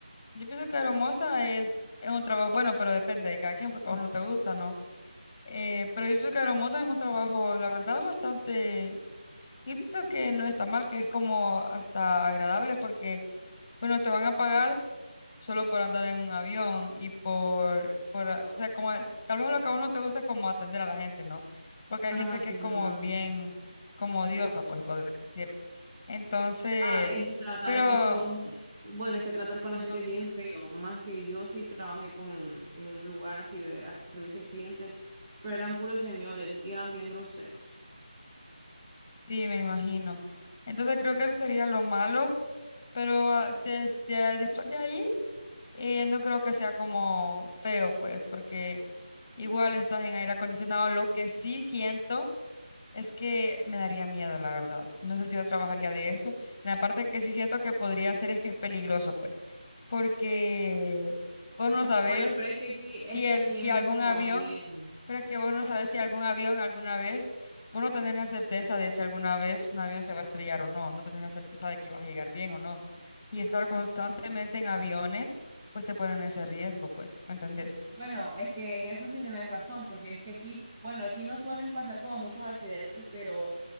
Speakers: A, on the left (about 25°); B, on the right (about 30°).
A: yo pienso que hermosa es, es un trabajo bueno, pero depende de cada quien, porque a vos no te gusta, ¿no? Eh, pero yo pienso que hermosa es un trabajo, la verdad, bastante, yo pienso que no está mal, que es como hasta agradable, porque, bueno, te van a pagar. solo por andar en un avión y por, por, ah, o sea, como eh, tal vez lo que a vos no te gusta es como atender a la gente, ¿no? Porque hay
B: Ajá,
A: gente que
B: sí,
A: es como
B: no, no me
A: bien,
B: gusta.
A: como odiosa, pues poder decirlo. Entonces,
B: Ah, es que tratar,
A: pero,
B: es que vos, bueno, es que tratar con la
A: Ajá.
B: gente es bien feo, más que yo sí trabajé como en en un lugar así de ah, servicio al cliente, pero eran puros señores y eran bien groseros.
A: sí, me imagino. Entonces creo que eso sería lo malo, pero ah, des- de- después de ahí eh, no creo que sea como feo, pues, porque igual estás en aire acondicionado. Lo que sí siento Es que me daría miedo, la verdad. No sé si yo trabajaría de eso. La parte que sí siento que podría hacer es que es peligroso, pues, porque vos no sabes
B: Bueno, pero es que aquí,
A: si
B: es que
A: el,
B: aquí
A: si
B: es
A: algún
B: como
A: avión,
B: bien,
A: pero es que vos no sabes si algún avión alguna vez, vos no tenés la certeza de si alguna vez un avión se va a estrellar o no, no tenés la certeza de que vas a llegar bien o no. Y estar constantemente en aviones, pues te ponen ese riesgo, pues, ¿me entendés?
B: Bueno, es que en eso sí tenés razón, porque es que aquí, bueno, aquí no suelen pasar como muchos accidentes, pero